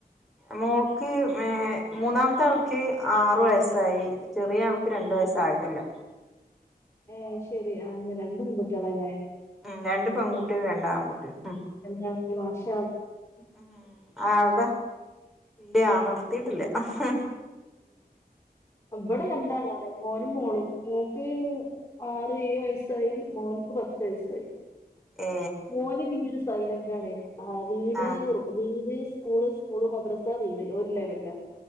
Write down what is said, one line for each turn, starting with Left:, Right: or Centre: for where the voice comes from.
Centre: മോൾക് മേം മൂന്നാമത്താൾക് ആറു വയസ്സായി ചെറിയാൾക് രണ്ട് വയസ്സായിട്ടില്ല
Left: ഏ ശരി അങ്ങന രണ്ട് പെങ്കുട്ടിളാലെ
Centre: ഉം രണ്ടു പെങ്ങുട്ടോളും രണ്ട് ആൺകുട്ടോളും ഉം
Left: എന്തേ ന്റെ. മാസ്
Centre: ഉം അതെ ഇല്ല നിർത്തീട്ടില്ല മഹേ
Left: ഇവിടെ രണ്ടാൾകാരനെ മോനും മോളും മോൾക് ആറ് ഏയ്‌ വയസ്സായി മോന്ക് പത്ത് വയസ്സായി
Centre: ഏ
Left: മോന് പിന്നൊരു സൈലന്റാണ് ആ വീട്
Centre: ആഹ
Left: ഓയൂർ.. സ്കൂള് സ്കൂള് മദ്രസ വീട് ഒരു ലെവല